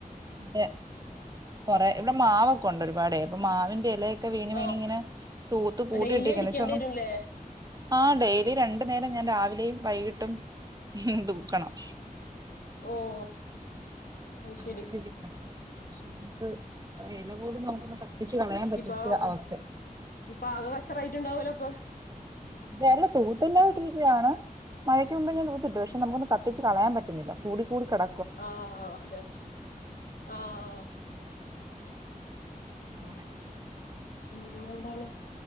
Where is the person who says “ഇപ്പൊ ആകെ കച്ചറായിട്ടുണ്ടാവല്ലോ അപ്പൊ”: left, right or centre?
Left